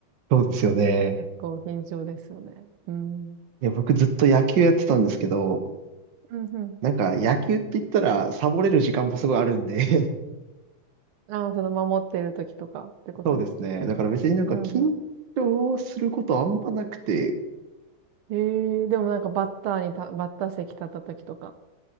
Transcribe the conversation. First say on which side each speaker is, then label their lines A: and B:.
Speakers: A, on the right; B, on the right.
A: そうですよね。
B: 結構緊張ですよね。うん。
A: いや、僕ずっと野球やってたんですけど、
B: うんうん。
A: なんか野球って言ったらサボれる時間もすごいあるんで
B: ああ、その守っている時とかってことです。
A: <laughs> そうですね。だから別になんか緊張することあんまなくて、
B: うんうん。ええでもなんかバッターにた、バッター席立った時とか。